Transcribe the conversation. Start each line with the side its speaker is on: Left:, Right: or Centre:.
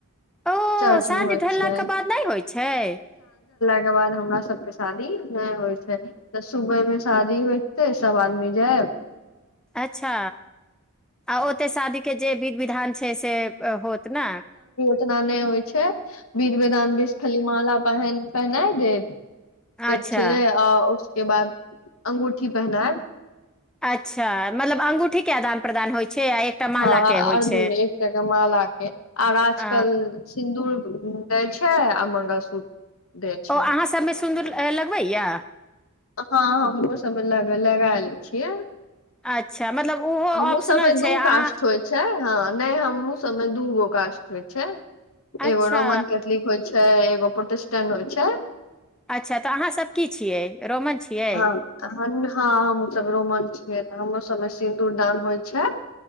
Centre: ओ
Left: चर्च
Centre: साँझ
Left: मे होइ
Centre: ढललाकेँ
Left: छै
Centre: बाद नहि होइत छै
Left: तइके बाद हमरा सभकेँ शादी नहि होयत छै तऽ सुबहमे शादी होयतै सभ आदमी जाएब
Centre: अच्छा आ ओतय शादीकेँ जे बिध-विधान छै से होत न
Left: ओना नहि होइत छै बिध-विधानमे बेसी खली माला पहन पहिनायत देत
Centre: अच्छा
Left: छलै आ ओहि केँ बाद अंगूठी पहिनायत
Centre: अच्छा मतलब अंगूठी केँ आदान-प्रदान होइ छै आ एकटा
Left: हँ
Centre: माला
Left: आ
Centre: के होइ
Left: आओर
Centre: छै
Left: दुरमे एकटाके मालाकेँ आओर आजकल
Centre: अ
Left: सिन्दूर दैत छै आ मंगलसूत्र दै छै
Centre: ओ अहाँ सभमे सिन्दूर लगबैए
Left: हँ हमरो सभमे लग लगा लै छियै
Centre: अच्छा मतलब ओहो
Left: हमरो
Centre: ऑप्शनल
Left: सभमे
Centre: छै
Left: दू
Centre: अहाँ
Left: कास्ट होइत छै हँ नहि हमहूँ सभमे दू गो कास्ट होइत छै
Centre: अच्छा
Left: एगो रोमन केैथलिक होइ छै एगो पोट <unintelligible> स्टन होइत छै
Centre: अच्छा तऽ अहाँसभ की छियै रोमन छियै
Left: हँअ् हँअ् हमहूंँ सभ रोमन छियै हमरो सभमे सिन्दूरदान होइत छै